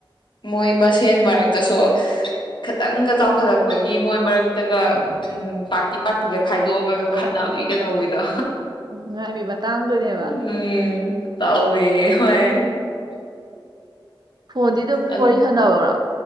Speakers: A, on the left; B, on the right.
A: ꯃꯣꯏ ꯃꯁꯦꯟ ꯃꯔꯛꯇꯁꯨ ꯈꯤꯇꯪꯒ ꯆꯥꯎꯈꯠꯂꯛꯄꯒꯤ ꯃꯣꯏ ꯃꯔꯛꯇꯒ ꯄꯥꯔꯇꯤ ꯄꯥꯔꯇꯤꯒ ꯈꯥꯏꯗꯣꯛꯑꯒ
B: ꯑꯣ
A: ꯈꯠꯅꯕꯤꯒ
B: ꯑꯥ
A: ꯇꯧꯕꯤꯗꯣ
B: ꯉꯥꯏꯕꯤ ꯃꯇꯥꯡꯗꯨꯅꯦꯕ
A: <unintelligible> ꯇꯧꯋꯦ ꯍꯣꯏ
B: ꯐꯣꯟꯗꯤ ꯑꯗꯨꯝ
A: ꯑꯗꯨ
B: ꯋꯥꯔꯤ ꯁꯥꯟꯅꯕ꯭ꯔꯥ